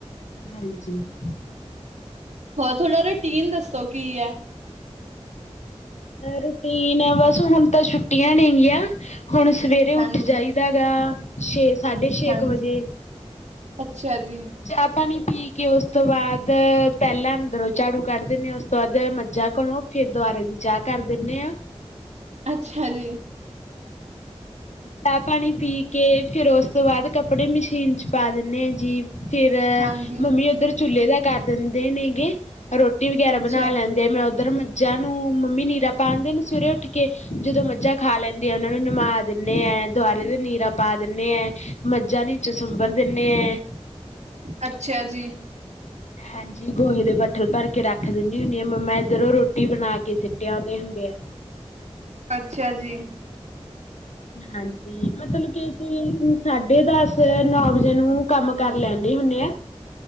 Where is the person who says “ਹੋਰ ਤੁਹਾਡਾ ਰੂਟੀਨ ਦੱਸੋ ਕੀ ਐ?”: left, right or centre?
Right